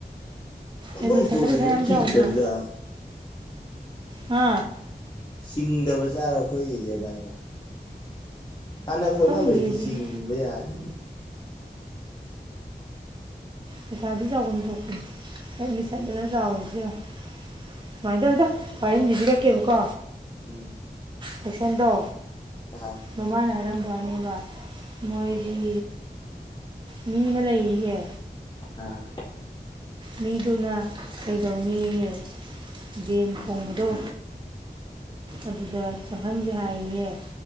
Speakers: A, on the left; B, on the right.
A: ꯑꯩꯈꯣꯏ
B: ꯑꯦꯠꯃꯤꯁꯟꯗ
A: ꯄ꯭ꯔꯣꯕ꯭ꯂꯦꯝ
B: ꯄꯩꯁꯥ ꯌꯥꯝ
A: ꯆꯤꯡꯗꯕꯖꯥ
B: ꯆꯥꯎꯗꯔꯥ ꯍꯥ
A: ꯆꯤꯡꯗꯕꯖꯥꯔ ꯑꯩꯈꯣꯏꯒꯤꯁꯦ ꯑꯗꯥꯏꯅ ꯁꯥꯟꯅ ꯈꯣꯠꯅꯕꯩꯅꯤ
B: ꯈꯪꯗꯦ ꯑꯗꯨꯗꯤ
A: ꯆꯁꯤꯡꯕ ꯌꯥꯔꯤꯅꯤ
B: ꯄꯩꯁꯥꯗꯤ ꯆꯥꯎꯐꯝ ꯊꯣꯛꯄꯅꯤ ꯑꯦꯠꯃꯤꯁꯟꯗ ꯆꯥꯎꯔꯤꯁꯦ ꯌꯦꯡꯉꯣ ꯁꯨꯃꯥꯏꯅ ꯇꯧꯔꯤꯗꯣ ꯇꯨ ꯋꯥꯔꯤ ꯑꯝ ꯂꯤꯕꯤꯔꯛꯀꯦꯕꯀꯣ
A: ꯎꯝ
B: ꯄꯩꯁꯦꯟꯗꯣ
A: ꯑꯥ
B: ꯃꯃꯥꯅ ꯍꯥꯏꯔꯝꯕ ꯋꯥꯅꯦ ꯅꯦꯕ ꯃꯣꯏꯒꯤ ꯃꯤ ꯑꯃ ꯂꯩꯔꯤꯌꯦ
A: ꯑꯥ
B: ꯃꯤꯗꯨꯅ ꯀꯩꯗꯧꯅꯦꯌꯦ ꯕꯦꯟ ꯈꯣꯡꯕꯗꯣ ꯑꯗꯨꯗ ꯆꯪꯍꯟꯒꯦ ꯍꯥꯏꯌꯦꯌꯦ